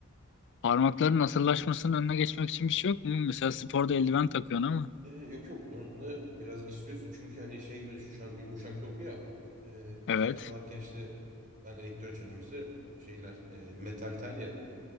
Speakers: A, on the left; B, on the right.
A: Parmakların nasırlaşmasının önüne geçmek için bir şey yok mu? Mesela sporda eldiven takıyorsun ama.
B: Ee, yok yok bunu biraz istiyorsun çünkü hani şey gibi düşün şu an yumuşak doku ya. Ee, gitar
A: Evet.
B: çalarken işte ben elektro çalıyorum işte şeyler e, metal tel ya.